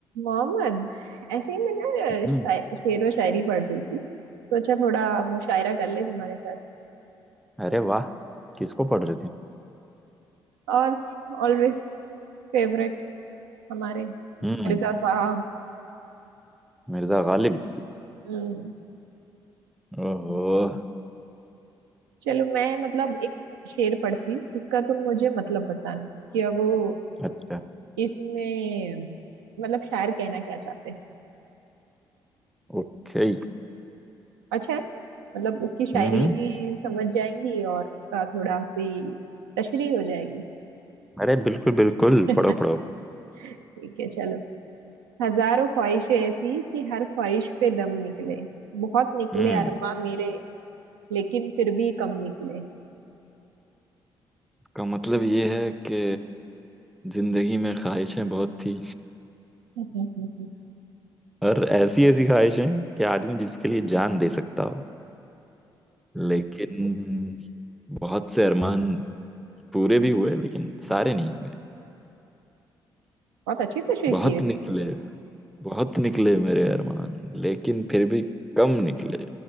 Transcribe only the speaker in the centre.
हम्म
अरे वाह किसको पढ़ रहे थे
वही। हम्म
मिर्जा गालिब
ओहो
अच्छा
ओके
हम्म
अरे बिल्कुल बिल्कुल
पढ़ो पढ़ो
हम्म
का मतलब ये है कि जिंदगी में ख्वाहिशें बहुत थी
और ऐसी ऐसी ख्वाहिशें कि आदमी जिसके लिए जान दे सकता हो लेकिन बहुत से अरमान पूरे भी हुए लेकिन सारे नहीं हुए
बहुत
निकले
बहुत निकले मेरे अरमान लेकिन फिर भी कम निकले